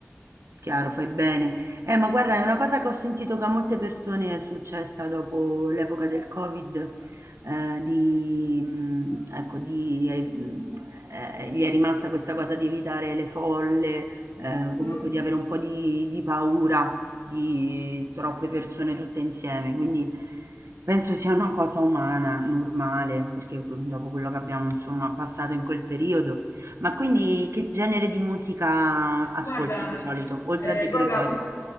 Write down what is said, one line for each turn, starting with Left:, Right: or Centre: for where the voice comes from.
Right: Chiaro, fai bene. Eh, ma guarda, è una cosa che ho sentito che a molte persone è successa dopo l'epoca del Covid, eh, di, mh, ecco, di, eh, mh, eh, gli è rimasta questa cosa di evitare le folle, eh, comunque
Left: mh,
Right: di avere un po' di, di paura di troppe persone tutte insieme. Quindi penso sia una cosa umana, normale, perché mm, dopo quello che abbiamo, insomma, passato in quel periodo. Ma quindi
Left: sì, sì.
Right: che genere di musica ascolti
Left: Guarda,
Right: di solito, oltre
Left: eh,
Right: a De Gregori?
Left: guarda, ul-